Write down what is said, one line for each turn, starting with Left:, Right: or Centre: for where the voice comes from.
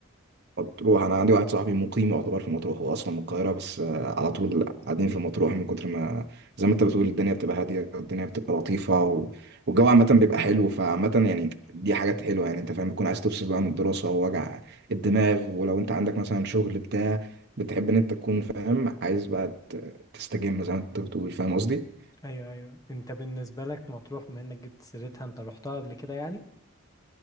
Right: مطروح انا عندي واحد صاحبي مقيم يعتبر في مطروح هو اصلا من القاهرة بس آه، على طول قاعدين في مطروح من كتر ما زي ما انت بتقول الدنيا بتبقى هادية الدنيا بتبقى لطيفة و... والجو عامة بيبقى حلو فعامة يعني دي حاجات حلوة يعني انت فاهم بتكون عايز تفصل بقى من الدراسة ووجع الدماغ ولو انت عندك مثلا شغل بتاع بتحب ان انت تكون فاهم عايز بقى ت- تستجم زي ما انت بتقول فاهم قصدي؟
Left: ايوه ايوه انت بالنسبه لك مطروح بما انك جبت سيرتها انت رحتها قبل كده يعني